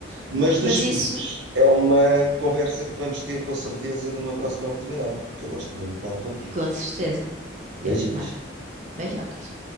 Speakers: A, on the right; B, on the right.
A: Mas dos
B: Mas
A: filhos,
B: isso,
A: é uma conversa que vamos ter com certeza numa próxima oportunidade, que eu gosto muito de falar contigo.
B: com certeza,
A: Beijinhos.
B: eu também. Beijocas.